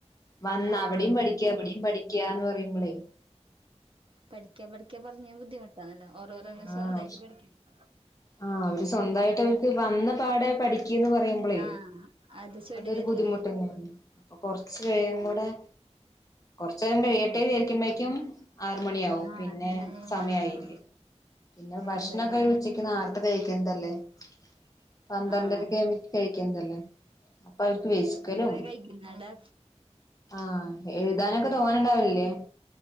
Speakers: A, on the left; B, on the right.
A: വന്നാ
B: ആഹ്
A: അവിടെയും
B: അതുകൊണ്ടന്നല്ലേ
A: പഠിക്ക് ഇവിടെയും പഠിക്ക് ക്കന്ന് പറയുമ്പോളേ
B: പഠിക്കാ പഠിക്കാ പറഞ്ഞ ബുദ്ധിമുട്ടണല്ല ഓരോരു തന്നെ
A: ആഹ്
B: സ്വന്തമായിട്ട് പഠിക്കണം
A: ആഹ് അവര് സ്വന്തമായിട്ട് അവർക്ക് വന്ന പാടെ പഠിക്കുന്ന് പറയുമ്പോളേ
B: ആഹ് അത് ചെടി
A: അതൊരു
B: വരുന്ന
A: ബുദ്ധിമുട്ട് തന്നെയാ അപ്പൊ കുറച്ച് ച്ച് കഴിയുമ്പോടെ കുറച്ച് നേരം
B: ബുദ്ധിമുട്ടാ
A: കഴിയട്ടെ വിചാരിക്കുമ്പേക്കും
B: ആഹ്
A: ആറ് മണി ആവും
B: അതന്നെ
A: പിന്നെ സമയായില്ലേ
B: ആഹ്
A: പിന്നെ ഭക്ഷണൊക്കെ
B: അതന്നെ
A: അവര് ഉച്ചക്ക് നേരത്ത് കഴിക്കണതല്ലേ പ പന്ത്രാണ്ടരക്ക്
B: ആഹ്
A: ആകുമ്പോഴേക്ക് കഴിക്കണതല്ലേ അപ്പൊ അവർക്ക് വിഷക്കലും
B: മുമ്പേ കഴിക്കുന്നടാ
A: ആഹ് എഴുതാനൊക്കെ തോനേണ്ടാവല്ലേ